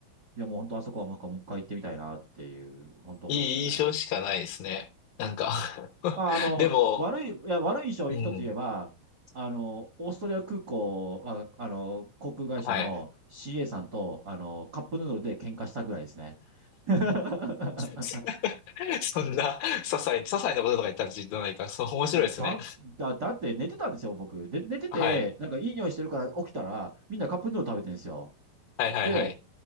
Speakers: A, on the right; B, on the left.
A: いやもう本当あそこはなんかもう一回行ってみたいなっていう、本当思うんですよね。
B: いい印象しかないですね。なんか
A: あ、
B: <laughs>
A: あの、
B: でも、
A: 悪い、いや、悪い印象を一つ言えば、
B: うん。
A: あの、オーストリア空港、あ、あの、航空会社の
B: はい。
A: CA さんと、あの、カップヌードルで喧嘩したぐらいですね。<laughs>
B: <laughs> そんな、些細、些細なこととか言ったらじゃないから、そう、面白いですね。
A: いや、だ、だ、だって寝てたんですよ、僕。で、寝てて、
B: はい。
A: なんかいい匂いしてるから起きたら、みんなカップヌードル食べてるんですよ。
B: はいはいはい。
A: で、